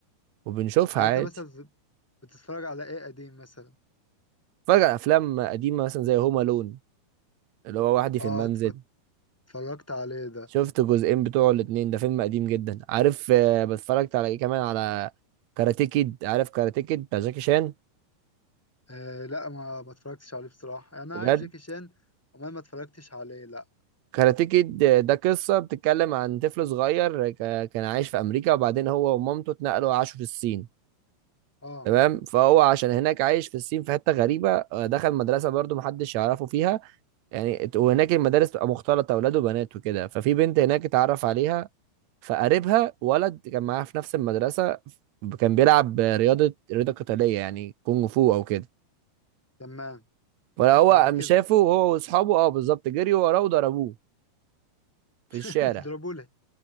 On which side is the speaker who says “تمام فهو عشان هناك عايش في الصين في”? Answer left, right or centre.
Right